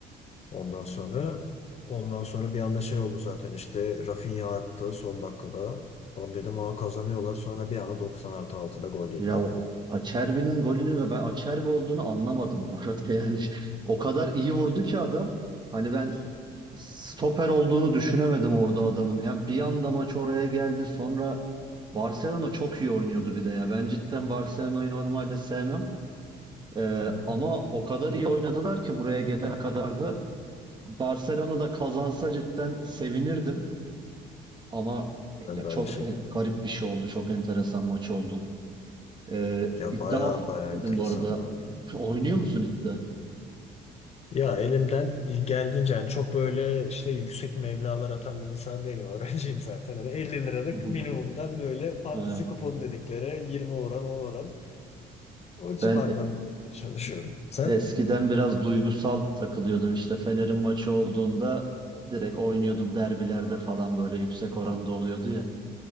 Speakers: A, on the left; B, on the right.
A: Ondan sonra ondan sonra bir anda şey oldu zaten işte Rafinha attı son dakikada. Lan dedim aa kazanıyorlar. Sonra bir anda 90 artı 6'da gol yediler
B: Ya o
A: falan.
B: Acerbi'nin golünü ve ben Acerbi olduğunu anlamadım bu arada <laughs> yani. O kadar iyi vurdu ki adam. Hani ben stoper olduğunu düşünemedim orada adamın. Yani bir anda maç oraya geldi. Sonra Barcelona çok iyi oynuyordu bir de ya. Ben cidden Barcelona'yı normalde sevmem. Ee,
A: Hı hı.
B: ama o kadar iyi oynadılar ki buraya gelene kadar da Barcelona da kazansa cidden sevinirdim. Ama
A: Ben
B: ya
A: de
B: çok
A: aynı şekilde.
B: e, garip bir şey oldu. Çok enteresan maç oldu. Ee,
A: Ya
B: iddia
A: baya
B: falan
A: baya
B: dedim
A: enteresan
B: bu arada.
A: oldu.
B: <laughs> Oynuyor
A: Hı hı.
B: musun iddia?
A: Ya elimden geldiğince yani çok böyle işte yüksek meblağlar atan bir insan değilim. <laughs> Öğrenciyim zaten. Hani 50 liralık
B: Hı hı.
A: minimumdan böyle fantezi
B: Ha.
A: kupon dedikleri 20 oran 10 oran o civardan
B: Ben e-
A: almaya çalışıyorum. Sen?
B: eskiden biraz duygusal takılıyordum işte. Fener'in maçı olduğunda direkt oynuyordum. Derbilerde falan böyle yüksek oranda oluyordu ya.